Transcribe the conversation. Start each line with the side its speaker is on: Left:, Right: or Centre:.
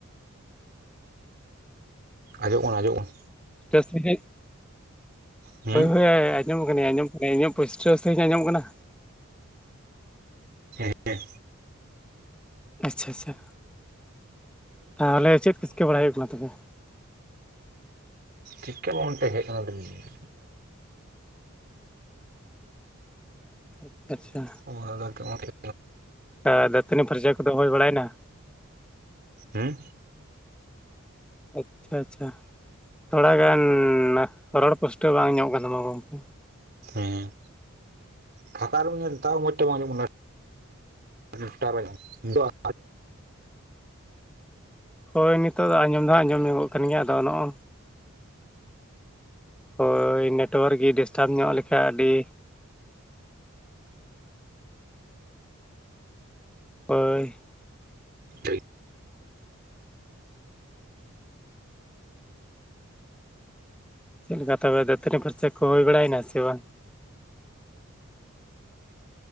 Right: ᱟᱸᱡᱚᱢᱚᱜ ᱠᱟᱱᱟ ᱟᱸᱡᱚᱢᱚᱜ....
Centre: ᱵᱮᱥ ᱥᱟ. ᱦᱤᱸᱡ
Right: ᱠᱟᱱᱟ
Centre: ᱦᱳᱭ
Right: ᱦᱮᱸ
Centre: ᱦᱳᱭ ᱟᱸᱡᱚᱢᱚᱜ ᱠᱟᱱᱟ ᱜᱤᱭᱟ. ᱟᱸᱡᱚᱢ ᱠᱟᱹᱟᱧ, ᱤᱧᱟᱹᱜ ᱯᱩᱥᱴᱟᱹᱣ ᱥᱟ. ᱦᱤᱸᱡ ᱟᱸᱡᱚᱢᱚᱜ ᱠᱟᱱᱟ?
Right: ᱦᱮᱸ
Centre: ᱟᱪᱪᱷᱟ ᱟᱪᱪᱷᱟ ᱛᱟᱦᱞᱮ ᱪᱮᱫ ᱪᱤᱠᱟᱹ ᱵᱟᱲᱟ ᱦᱩᱭᱩᱜ ᱠᱟᱱᱟ ᱛᱚᱵᱮ
Right: ᱪᱤᱠᱟᱹ ᱵᱟᱝ ᱛᱟᱦᱮᱡ ᱠᱟᱱᱟ <unintelligible>
Centre: ᱟᱪᱪᱷᱟ ᱟᱪᱪᱷᱟ
Right: ᱚ ᱟᱫᱚ ᱱᱤᱛᱚᱜ ᱚᱱᱛᱮ ᱜᱮ
Centre: ᱟ.... ᱫᱟᱹᱛᱟᱹᱱᱤ ᱯᱷᱟ. ᱨᱪᱟ. ᱠᱚᱫᱚ ᱦᱩᱭ ᱵᱟᱲᱟᱭᱮᱱᱟ?
Right: ᱦᱩᱸ
Centre: ᱟᱪᱪᱷᱟ ᱟᱪᱪᱷᱟ ᱛᱷᱚᱲᱟ ᱜᱟᱱ ᱨᱚᱲ ᱯᱩᱥᱴᱟᱹᱣ ᱵᱟᱝ ᱧᱟᱢᱚᱜ ᱠᱟᱱ ᱛᱟᱢᱟ ᱜᱚᱝᱠᱮ
Right: ᱦᱮᱸᱻ ᱯᱷᱟᱠᱟ ᱨᱮ ᱢᱮᱱᱤᱧᱟ ᱛᱟᱣ ᱢᱟᱡᱽ ᱛᱮ ᱵᱟᱝ ᱟᱡᱚᱢᱚᱜ ᱠᱟᱱᱟ <unintelligible>
Centre: ᱦᱳᱭ ᱱᱤᱛᱚᱜ ᱫᱚ ᱟᱸᱡᱚᱢ ᱫᱚ ᱦᱟᱸᱜ ᱟᱸᱡᱚᱢ ᱧᱚᱜ ᱠᱟᱱ ᱜᱮᱭᱟ ᱟᱫᱚ ᱱᱚᱜ-ᱚᱭ ᱦᱳᱭ ᱱᱮᱴᱣᱟᱨᱠ ᱜᱮ ᱰᱤᱥᱴᱟᱵᱽ ᱧᱚᱜ ᱞᱮᱠᱷᱟᱱᱡ ᱟᱹᱰᱤ ᱦᱳᱭ
Right: ᱴᱷᱤᱠ
Centre: ᱪᱮᱫ ᱞᱮᱠᱟ ᱛᱚᱵᱮ ᱫᱟᱹᱛᱟᱹᱱᱤ ᱯᱷᱟ. ᱨᱪᱟ. ᱠᱚ ᱦᱩᱭ ᱵᱟᱲᱟᱭᱮᱱᱟ ᱥᱮ ᱵᱟᱝ?